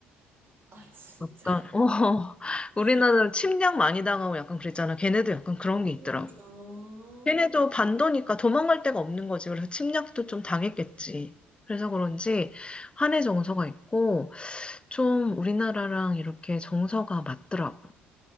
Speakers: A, on the right (about 45°); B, on the left (about 20°).
A: 아 진짜?
B: 약간, 어, <laughs> 우리나라
A: <laughs> 어,
B: 침략 많이 당하고 약간 그랬잖아. 걔네도 약간 그런 게
A: 음,
B: 있더라고.
A: 아,
B: 걔네도 반도니까 도망갈 데가 없는 거지. 그래서 침략도
A: 그런데
B: 좀 당했겠지.
A: 그런데.
B: 그래서 그런지 한의 정서가 있고 좀 우리나라랑 이렇게 정서가 맞더라고.